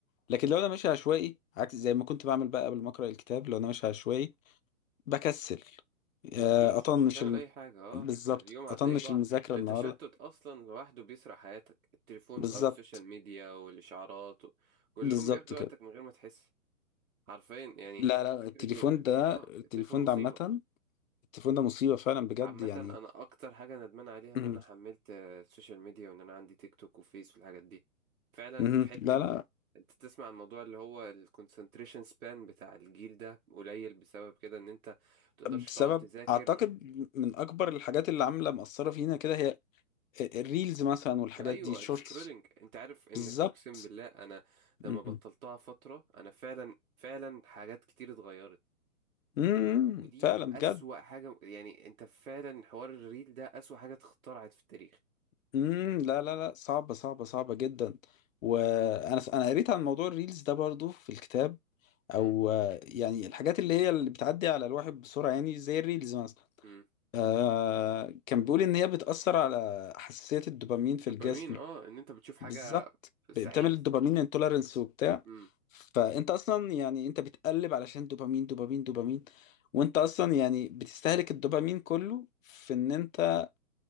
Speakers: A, on the left (about 65°); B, on the right (about 65°).
A: لكن لو انا ماشي عشوائي عكس زي ما كنت بعمل بقى قبل ما اقرا الكتاب لو انا ماشي
B: امم
A: عشوائي بكسل
B: مفيش
A: آه، اطنش
B: مش هتعمل
A: الم...
B: اي حاجة اه
A: بالظبط
B: اليوم هتلاقيه
A: اطنش
B: ضاع
A: المذاكره
B: التشتت
A: النهارده
B: اصلا لوحده بيسرق حياتك التليفون
A: بالظبط
B: بقى والسوشيال ميديا والاشعارات و... كلهم
A: بالظبط
B: بياخدوا
A: كده
B: وقتك من غير ما تحس حرفيا يعني
A: لا لا
B: فكرة
A: التليفون
B: ال-
A: ده
B: اه
A: التليفون
B: التليفون مصيبة
A: ده عامه التليفون ده مصيبه فعلا بجد
B: عامة
A: يعني
B: انا اكتر حاجة ندمان عليها ان
A: مهم.
B: انا حملت آه، السوشيال ميديا وان انا عندي تيك توك وفيس والحاجات دي فعلا
A: مهم.
B: حتة
A: لا لا
B: ال- انت تسمع الموضوع اللي هو الكونسنتريشن سبان بتاع الجيل ده قليل بسبب كده ان انت متقدرش
A: بسبب
B: تقعد تذاكر
A: اعتقد من اكبر الحاجات اللي عامله مأثره فينا كده هي الريلز مثلا والحاجات
B: ايوه
A: دي شورتس
B: السكرولينج انت عارف ان
A: بالظبط
B: اقسم بالله انا لما
A: مهم.
B: بطلتها فتره انا فعلا فعلا حاجات كتير اتغيرت
A: مهم.
B: و- ودي
A: فعلا
B: اسوأ
A: بجد
B: حاجه يعني انت فعلا حوار الريل ده اسوأ حاجه اتخترعت في التاريخ
A: مم. لا لا لا صعبه صعبه صعبه جدا وانا انا قريت عن موضوع الريلز ده برضو في الكتاب او
B: امم
A: آه، يعني الحاجات اللي هي اللي بتعدي على الواحد بسرعه يعني زي الريلز مثلا
B: امم
A: آه كان بيقول ان هي بتاثر على حساسيه الدوبامين في
B: دوبامين
A: الجسم
B: اه ان انت بتشوف حاجه
A: بالظبط
B: سعيد
A: ب- بتعمل الدوبامين انتولرنس وبتاع
B: امم
A: فانت اصلا يعني انت بتقلب علشان دوبامين دوبامين دوبامين وانت اصلا يعني بتستهلك الدوبامين كله في ان انت